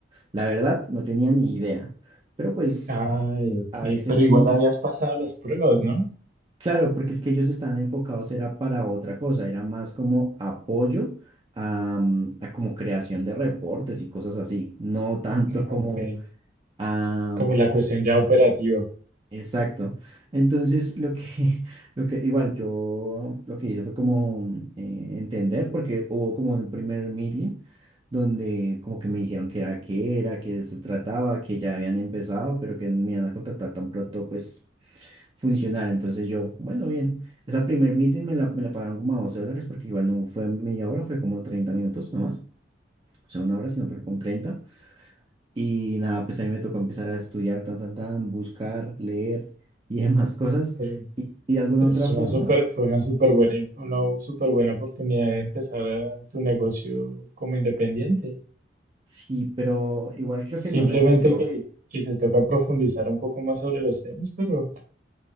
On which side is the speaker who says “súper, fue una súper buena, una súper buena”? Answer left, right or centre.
Right